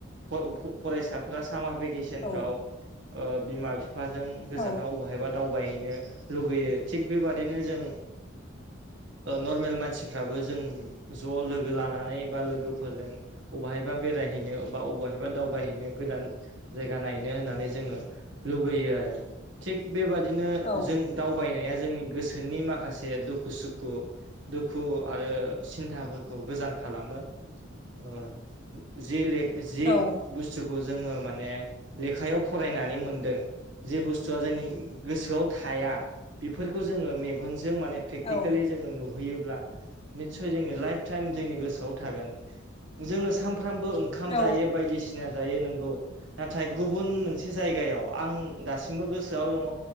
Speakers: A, on the right; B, on the left.
A: फ फरायसा सामार भेकेसन
B: औ
A: फाव बिमा बिफाजों गोजानाव
B: औ
A: अबेहायबा दावबायहैनो लुगैयो थिग बेबादिनो जों नर्मेल मानसिफ्राबो जों ज' लोगो लानानै बा लोगोफोरजों बबेहायबा बेरायहैनो बा बबेहायबा दावगहैनो गोदान जायगा नायनो होननानै जोंङो लुुबैयो आरो थिग बेबादिनो
B: औ
A: जों दावबायनाया जोंनि गोसोनि माख माखासे दुखु सुखु दुखु आरो सिन्थाफोरखौ गोजान खालामो ओ <unintelligible> <unintelligible>
B: औ
A: बुस्थुखौ जोंङो माने लेखायाव फरायनानै मोनदों जे बुस्थुआ जोंनि गोसोआव थाया बेफोरखौ जोंङो मेगनजों माने प्रेकटिकेलि
B: औ
A: जोंङो नुहैयोब्ला निसय जोंनि लाइफ टाइम जोंनि गोसोआव थागोन जोंङोनो सामफ्रामबो ओंखाम
B: औ
A: जायो बायदिसिना जायो नोंगौ नाथाय गुबुन मोनसे जायगायाव आं दासिमबो गोसोआव दङ